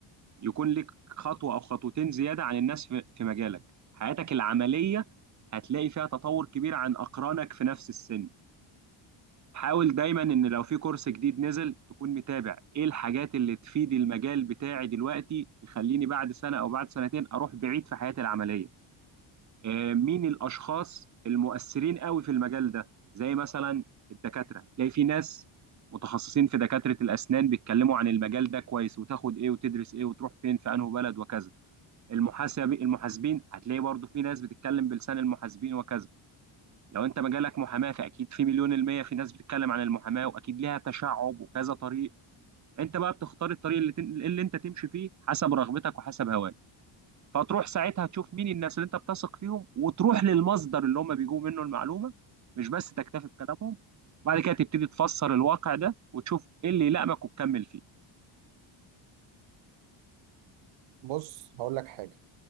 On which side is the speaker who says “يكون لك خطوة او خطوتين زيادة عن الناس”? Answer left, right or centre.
Right